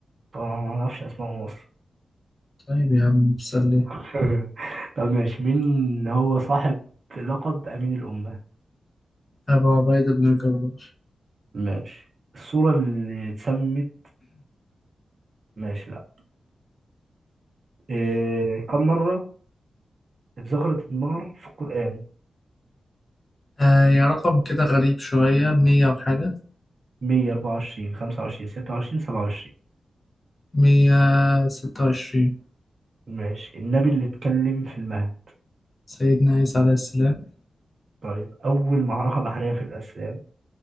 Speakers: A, on the right (about 45°); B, on the left (about 25°).
A: طبعا ما اعرفش اسمائهم اصلا
B: طيب يا عم سلي
A: <laughs> طب ماشي مين هو صاحب لقب امين الامه
B: ابو عبيده بن الجراح
A: ماشي الصوره اللي اتسمت ماشي لا إيه... كم مره اتذكرت النار في القران
B: آه يا رقم كده غريب شويه 100 وحاجه
A: 124 25 26 27
B: 126
A: ماشي النبي اللي اتكلم في المهد
B: سيدنا عيسى عليه السلام
A: طيب أول معركة بحرية في الإسلام